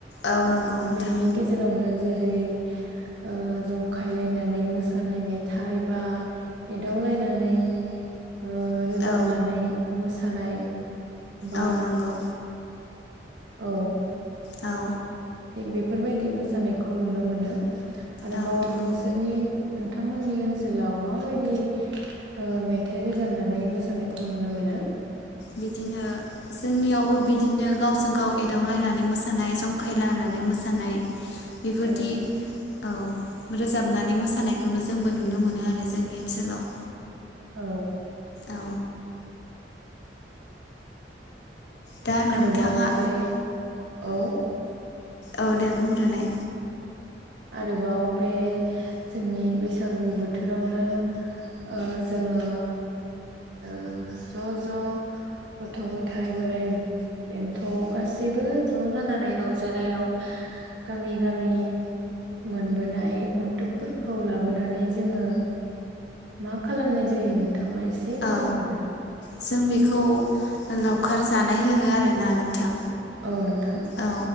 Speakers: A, on the left; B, on the right.
A: औ नंगौ नोंथां
B: बेनि गेजेरावनो जेरै ओ जंखायलायनानै मोसानाय मेथाइ बा एदावलायनानै ओ रोजाबनानै
A: औ
B: मोसा नाय बा
A: औ नंगौ
B: औ।
A: औ
B: थिग बेफोरबायदि मोसानायखौ नुनो मोनो आरोबाव
A: औ नंगौ
B: नोंसोरनि नोंथांमोननि ओनसोलाव माबायदि ओ मेथाइ रोजाबनानै मोसानायखौ नुनो मोनो?
A: बिदिनो जोंनियावबो बिदिनो गावजों गाव एदावलायनानै मोसानाय, जंखायलायानानै मोसानाय बेफोरदि
B: औ
A: औ रोजाबनानै मोसानायखौनो जोंबो नुनो मोनो आरो जोंनि ओनसोलाव।
B: औ।
A: औ दा नोंथाङा
B: आरोबाव बे औ
A: औ दे बुंग्रोनाय।
B: आरोबाव बे जोंनि बैसागु बोथोरावनो ओ जोङो ओ ज' ज' गथ' गथाइ बोराइ बेन्थ' गासैबो ज' जानानै रंजानायाव गामि गामि मोनबोनाय अन्थुबफोरखौ लाबोनानै जोङो मा खालामनाय जायो नोंथाङा एसे फोरमायगोन
A: औ
B: ना?
A: जों बेखौ लावखार जानाय होनो आरोना नोंथां।
B: औ नोंथां।
A: औ